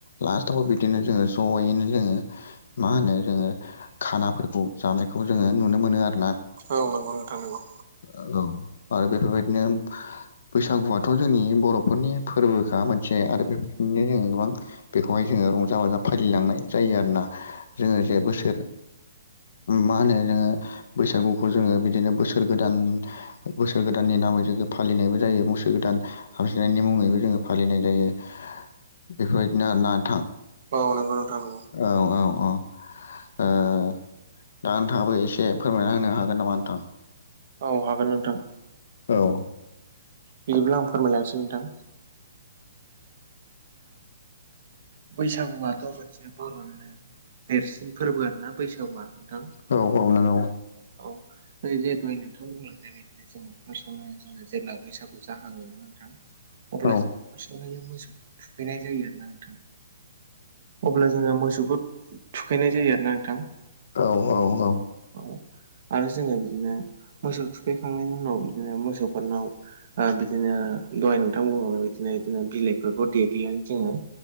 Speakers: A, on the left; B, on the right.
A: लास्ट थाव बिदिनो जोङो ज'यैनो जोङो मा होनो जोङो खानाफोरखौ जानायखौ जोङो नुनो मोनो आरो
B: औनांगौ नंथां नागौ
A: औ आरो बेफोरबायदिनो बैसागुआथ' जोंनि बर'फोरनि फोरबोखा मोनसे आरो बेनो जोङो गोबां बेखौहाय जोङो रंजा बाजा फालिलांनाय जायो आरोना जोङो जे बोसोर मा होनो जोङो बैसागुखौ जोङो बिदिनो बोसोर गोदान बोसोर गोदाननि नामै ज फलिनायबो ज जायो मस गोदान हामजनायनि मुङैबो जोङो फालिनाय जायो। बेफोरबायदिनो ना थां
B: औ नंगौ नोंथां नंगौ।
A: औ औ औ। दा नोंथाङाबो एसे फोरमायना होनो हागोन नामा नोंथां?
B: औ हागोन नोंथां
A: औ
B: बिदिब्ला आं फोरमायलांसिनो नोंथां बैसागुआथ' मोनसे बर'निनो देरसिन फोरबो आरोना बैसागुआ नोंथां
A: औ औ नंगौ
B: औ जिहेतु नोंथां बुंलांनाय बायदिनो जोङो फार्स्टआवनो जोङो जेब्ला बैसागु जाहाङोन ना नोंथां अब्ला
A: औ
B: जोङो फार्स्टआवहायनो मोसौखौ थुखैनाय जायो आरो ना नोंथां अब्ला जोङो मोसौखौ थुखैनाय जायो आरो ना नोंथां
A: औ औ औ
B: औ आरो जोङो बिदिनो मोसौ थुखैखांनायनि उनाव बिदिनो मोसौफोरनाव बिदिनो दाय नोंथां बिनो बिलाइ दनानै ज